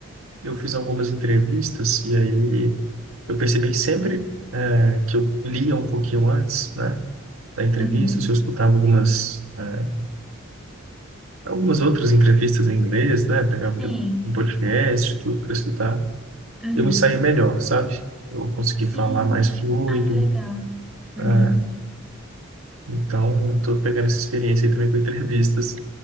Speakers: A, on the right (about 80°); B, in the centre.
A: Eu fiz algumas entrevistas e aí eu percebi que sempre é, que eu lia um pouquinho antes, né, da entrevista,
B: Uhum.
A: se eu escutava algumas é, algumas outras entrevistas em inglês, né? Pegava
B: Sim.
A: de um um podcast, tudo para escutar.
B: Uhum.
A: Eu não saía melhor, sabe? Eu consegui
B: Sim.
A: falar mais fluido.
B: Ah, que legal. Uhum.
A: ah, então, estou pegando essa experiência aí também com entrevistas,